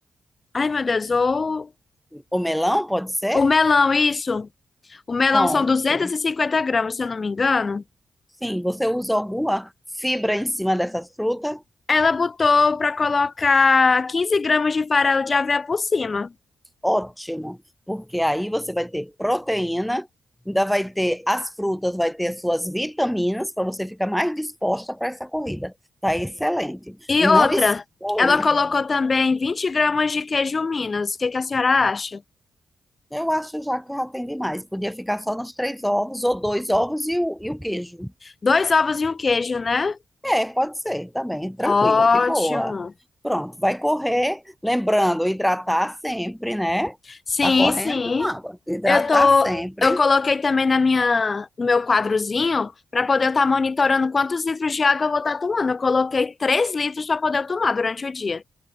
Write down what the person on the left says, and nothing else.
Ai, meu Deus, ou.
O melão, isso. O melão
são duzentos e cinquenta gramas, se eu não me engano.
Ela botou para colocar 15 gramas de farelo de aveia por cima.
E
outra,
ela colocou também 20 gramas de queijo Minas. O que que a senhora acha?
Dois ovos e um queijo, né?
Ótimo.
Sim,
sim.
Eu tô,
eu coloquei também na minha, no meu quadrozinho para poder estar monitorando quantos litros de água eu vou estar tomando. Eu coloquei 3 litros para poder eu tomar durante o dia.